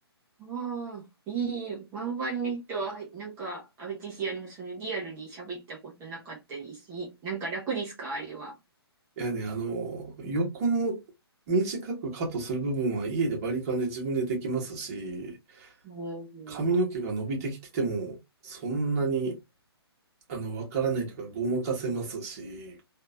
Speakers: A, on the right; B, on the right.
A: ああ、いい。ワンバンの人は、なんか、あ、私、あの、その、リアルに喋ったことなかったりし、いなんか楽ですかあれは。
B: いやね、あの、横の短くカットする部分は家でバリカンで自分でできますし、
A: おー。
B: 髪の毛が伸びてきてても、そんなに、あの、わからないというか、ごまかせますし、